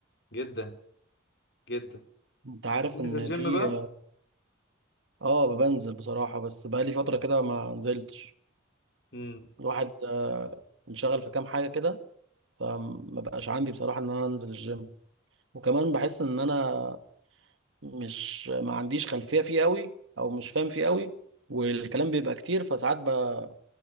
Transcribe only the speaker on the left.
فجدا جدا
بنزل
جيم
بقى
امم